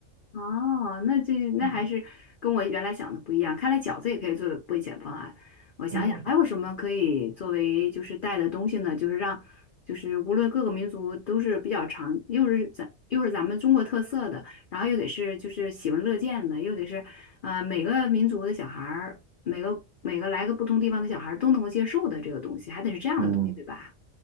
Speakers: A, on the left; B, on the right.
A: 哦，那这那还是跟我原来想的不一样。
B: 嗯
A: 看来饺子也可以作为备选方案。我想想还有什么可以作为就是带的东西呢？
B: 嗯。
A: 就是让就是无论各个民族都是比较常，又是咱又是咱们中国特色的，然后又得是就是喜闻乐见的，又得是呃每个民族的小孩儿，每个每个来个不同地方的小孩儿都能够接受的这个东西，还得是这样的东西，
B: 嗯。
A: 对吧？